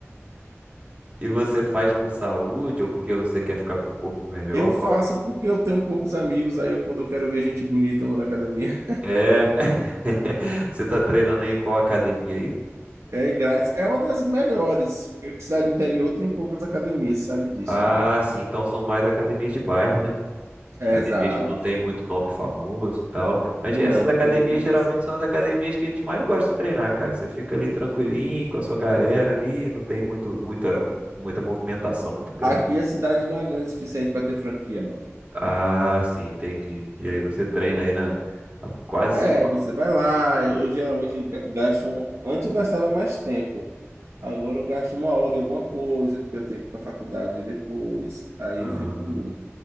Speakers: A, on the right; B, on the right.
A: E você faz por saúde ou porque você quer ficar com o corpo melhor?
B: Eu
A: Qual...
B: faço porque eu tenho poucos amigos, aí eu, quando eu quero ver gente bonita, eu vou na academia.
A: É. <laughs> Você tá treinando em qual academia aí?
B: É grátis. É uma das melhores. porque Cidade interior tem poucas academias, você sabe disso,
A: Ah,
B: né?
A: sim. Então são mais academias de bairro, né?
B: É,
A: Academias
B: exato.
A: que não tem muito nome famoso e tal. Mas
B: E
A: essas
B: não, não
A: academias
B: tem, não
A: geralmente
B: tem.
A: são as academias que a gente mais gosta de treinar, cara. Você fica ali tranquilinho com a sua galera ali, não tem muito, muita, muita movimentação muito grande.
B: Aqui a cidade não é grande o suficiente para ter franquia, não.
A: Ah, sim, entendi. E aí você treina aí na, há quase
B: É,
A: cinco
B: você vai lá, eu, eu geralmente ga- gasto. um- Antes eu gastava mais tempo. Agora eu gasto uma hora em alguma coisa, porque eu tenho que ir para a faculdade depois. Aí
A: anos.
B: eu fico.